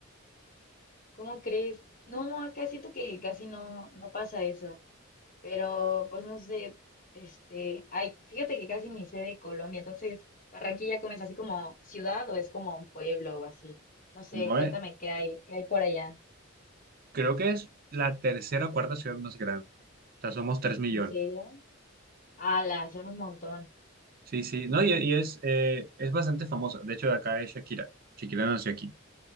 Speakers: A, on the left; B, on the right.
A: ¿cómo crees? No, acá siento que casi no, no pasa eso, pero pues no sé, este, ay, fíjate que casi ni sé de Colombia, entonces, ¿Barranquilla como es así como ciudad o es como un pueblo o así? No sé,
B: No
A: cuéntame
B: es-
A: qué hay, qué hay por allá.
B: creo que es la tercera o cuarta ciudad más grande. O sea, somos 3 millones.
A: ¿En serio? Ala, son un montón.
B: Sí, sí. No, y, y es, eh, es bastante famosa. De hecho, de acá es Shakira. Shakira nació aquí.